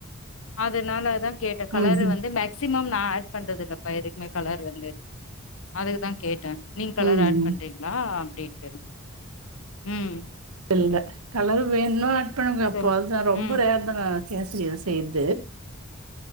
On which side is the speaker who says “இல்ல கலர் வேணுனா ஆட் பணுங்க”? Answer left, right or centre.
Right